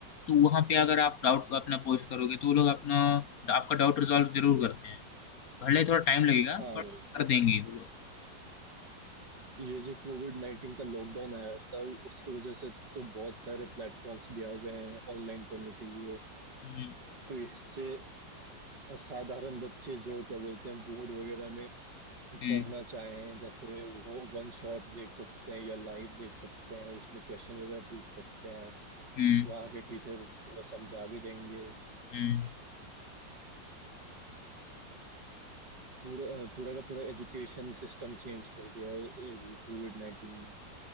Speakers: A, on the left; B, on the right.
A: तो वहाँ पे अगर आप डाउट अपना पोस्ट करोगे तो वो लोग अपना आपका डाउट रिजॉल्व जरूर करते हैं भले थोड़ा टाइम लगेगा
B: हाँ
A: पर
B: भाई
A: कर देंगे वो लोग
B: ये जो कोविड नाइन्टीन का लॉकडाउन आया था उसकी वजह से तो बहुत सारे प्लेटफॉर्म्स भी आ गए हैं ऑनलाइन पढ़ने के लिए
A: हम्म
B: तो इससे साधारण बच्चे जो क्या बोलते हैं बोर्ड वगैरह में
A: हम्म
B: पढ़ना चाहें जैसे वो वन शॉट देख सकते हैं या लाइव देख सकते हैं उसमें क्वेश्चन वगैरह पूछ सकते हैं
A: हम्म
B: वहाँ के टीचर तुम्हें समझा भी देंगे
A: हम्म।
B: पूरा पूरा का पूरा एजुकेशन सिस्टम चेंज कर दिया है कोविड नाइन्टीन